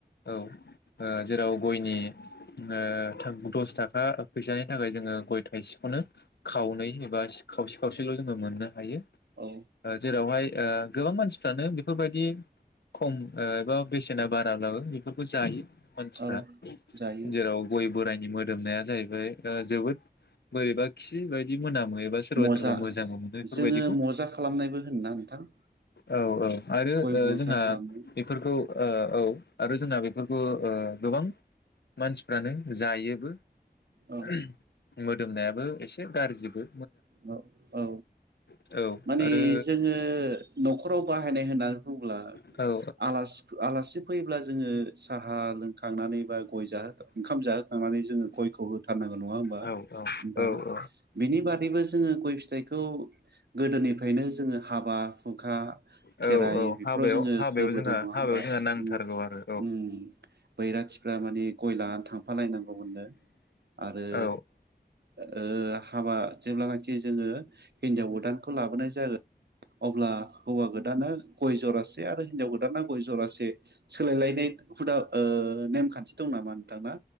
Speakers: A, on the left; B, on the right.
A: औ ओ जेराव गयनि ओ थाख दसथाखा फैसानि थाखाय जोङो गय थाइसेखौनो खावनै एबा सि खावसे खावसेल' जोङो मोननो हायो।
B: औ
A: ओ जेरावहाय ओ गोबां मानसिफ्रानो बे फोबादि खम ओ एबा बेसेना बारालाबो बेफोरखौ जायो। मानसिफ्रा
B: औ जायो
A: जेराव गय बोरायनि मोदोमनाया जाहैबाय ओ जोबोद बोरैबा खि बायदि मोनाम मो एबा सोरबा
B: मजा
A: सोरबा मोजांबो मोनो बेफोरबायदिखौ
B: जोङो मजा खालामनायबो होनोना नोंथां
A: औ औ आरो
B: गय
A: ओ
B: मजा
A: जोंहा
B: खालामनो
A: बेफोरखौ ओ ओब खौ आरो जोंना बेफोरखौ ओ गोबां मानसिफ्रानो जायोबो।
B: औ
A: <unintelligible> मोदोमनायाबो एसे गारजिबो
B: अ औ
A: औ
B: माने
A: आरो
B: जोंङो न'खराव बाहायनाय ए होनना बुंङोब्ला
A: औ औ
B: आलासि आलासि फैब्ला जोंङो साहा लोंखांनानै बा गय जाहो ओ ओंखाम जाहोखांनानै जोंङो गयखौ होथारनांगौ नङा होमबा
A: औ औ
B: नोंथां?
A: औ
B: बेनि बाद खैबो जोंङो गय फिथाइखौ गोदोनिफ्रायनो जोंङो हाबा हुखा खेराइ
A: औ औ
B: बेफोराव
A: हाबायाव
B: जोंङो
A: हाबायाव
B: होबोदों
A: जोंहा
B: नङा होमबा?
A: हाबायाव जोंहा नांथारगौ
B: उम
A: आरो
B: उम बैराथिफ्रा माने गय लाना थांफालायनांगौमोननो आरो
A: औ
B: ओ ओ हाबा जेब्लानाखि जोङो हिन्जाव गोदानखौ लाबोनाय जागोन अब्ला हौवा गोदाना गय जरासे आरो हिनजाव गोदाना गय जरासे सोलायलायनाय हुदा ओ नेमखान्थि दं नामा नोंथां ना?